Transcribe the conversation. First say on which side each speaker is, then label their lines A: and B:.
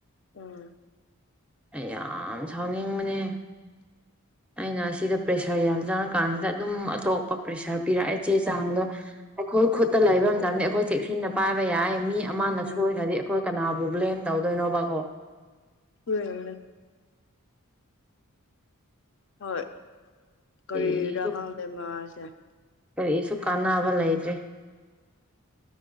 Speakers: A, on the left; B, in the centre.
A: ꯎꯝ
B: ꯑꯩ ꯌꯥꯝ ꯁꯥꯎꯅꯤꯡꯕꯅꯦ
A: <inaudible>
B: ꯑꯩꯅ ꯁꯤꯗ ꯄ꯭ꯔꯦꯁꯔ ꯌꯥꯝ ꯆꯪꯉꯀꯥꯟꯁꯤꯗ ꯑꯗꯨꯝ ꯑꯇꯣꯞꯄ ꯄ꯭ꯔꯦꯁꯔ ꯄꯤꯔꯛꯑꯦ ꯆꯦ ꯆꯥꯡꯗꯣ ꯑꯩꯈꯣꯏ ꯈꯨꯠꯇ ꯂꯩꯕ ꯃꯇꯝꯗ ꯑꯩꯈꯣꯏ ꯆꯦꯛꯁꯤꯟꯅ ꯄꯥꯏꯕ ꯌꯥꯏ ꯃꯤ ꯑꯃꯅ
A: ꯎꯝ
B: ꯁꯣꯏꯈ꯭ꯔꯗꯤ ꯑꯩꯈꯣꯏ ꯀꯅꯥꯕꯨ ꯕ꯭ꯂꯦꯝ ꯇꯧꯗꯣꯏꯅꯣꯕꯀꯣ
A: <unintelligible> ꯍꯣꯏ ꯀꯔꯤꯔ
B: ꯀꯔꯤꯁꯨ
A: ꯈꯪꯗꯦ ꯃꯥꯁꯦ
B: ꯀꯔꯤꯁꯨ ꯀꯥꯟꯅꯕ ꯂꯩꯇꯦ